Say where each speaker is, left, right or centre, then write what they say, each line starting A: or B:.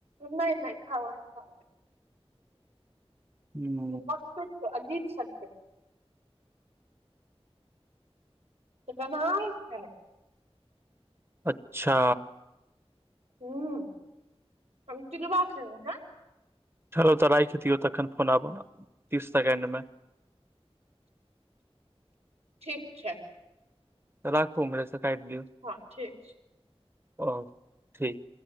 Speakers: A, on the right; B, on the right.
A: नहि नहि खाव आहि खाव
B: हूँ
A: <unintelligible> गनहाइ छै
B: अच्छा
A: हूंम्म हम तिलबा खेल‌उ हें
B: फेरो तऽ राखि दियौ तखन फोन आब तीस सेकेंड मे
A: ठीक छै
B: राखु उम्हरे से काटि दियौ
A: हँ ठीक छै
B: ओ ठीक